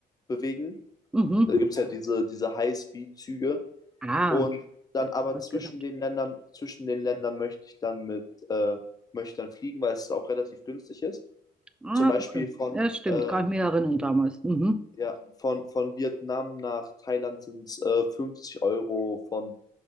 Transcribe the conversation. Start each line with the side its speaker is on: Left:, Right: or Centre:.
Left: bewegen.
Centre: Mhm.
Left: Da gibt es ja diese, diese High-Speed-Züge.
Centre: Ah,
Left: Und dann
Centre: das
Left: aber
Centre: haben wir
Left: zwischen
Centre: gehört.
Left: den Ländern, zwischen den Ländern möchte ich dann mit, äh, möchte ich dann fliegen, weil es auch relativ günstig ist.
Centre: Ah,
Left: Zum Beispiel
Centre: okay.
Left: von,
Centre: Ja, stimmt,
Left: äh,
Centre: kann ich mich erinnern damals. Mhm.
Left: ja, von, von Vietnam nach Thailand sind es äh, 50 Euro, von